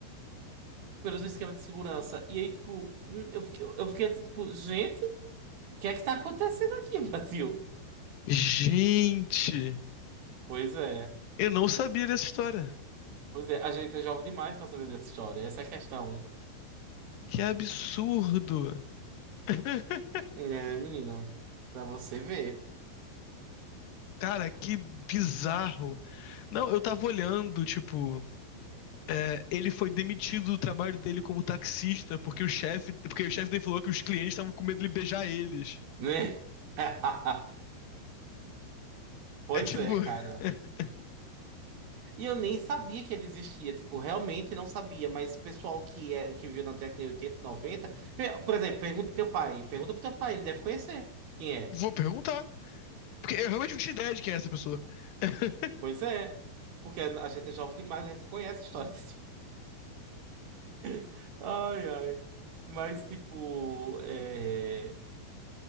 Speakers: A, on the right; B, on the left.
A: pelos esquemas de segurança. E aí, tipo, hum, eu fiquei, eu fiquei assim, tipo, gente, o que é que tá acontecendo aqui, <laughs> Brasil?
B: Gente.
A: Pois é.
B: Eu não sabia dessa história.
A: Pois é, a gente é jovem demais para saber dessa história. Essa é a questão.
B: Que absurdo! <laughs>
A: É, menino, pra você ver,
B: Cara, que bizarro. Não, eu tava olhando, tipo, é, ele foi demitido do trabalho dele como taxista porque o chefe, porque o chefe dele falou que os clientes estavam com medo de beijar eles.
A: né? <laughs> Pois
B: É tipo,
A: é, cara.
B: <laughs>
A: E eu nem sabia que ele existia, tipo, realmente não sabia, mas o pessoal que é que viu nas décadas de 80, 90, pe- por exemplo, pergunta pro teu pai, pergunta pro teu pai, ele deve conhecer quem é.
B: vou perguntar, porque eu realmente não tinha ideia de quem é essa pessoa. <laughs>
A: Pois é, porque a gente é jovem demais, a gente não conhece a história desse. <laughs> Ai, ai. Mas, tipo, é.